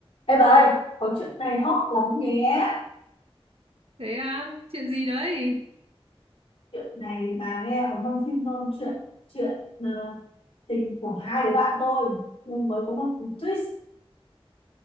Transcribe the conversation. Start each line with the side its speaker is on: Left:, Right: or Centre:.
Left: Ê bà ơi, có chuyện này hot lắm nhé.
Right: Thế à? Chuyện gì đấy?
Left: Chuyện này bà nghe có hơn phim luôn chuyện chuyện ờ, tình của hai đứa bạn tôi nhưng mới có một cú twist.